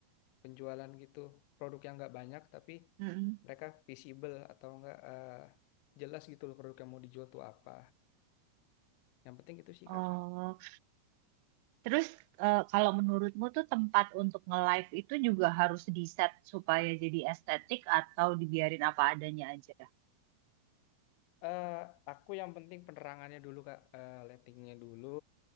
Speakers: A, on the left (about 45°); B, on the right (about 45°).
A: penjualan gitu produk yang nggak banyak tapi
B: mm-mm.
A: mereka visible atau nggak eh, jelas gitu loh produk yang mau dijual tuh apa yang penting itu sih
B: Oh,
A: kak
B: terus eh, kalau menurutmu tuh tempat untuk nge-live itu juga harus di-set supaya jadi estetik atau dibiarin apa adanya aja?
A: eh aku yang penting penerangannya dulu kak eh lightingnya dulu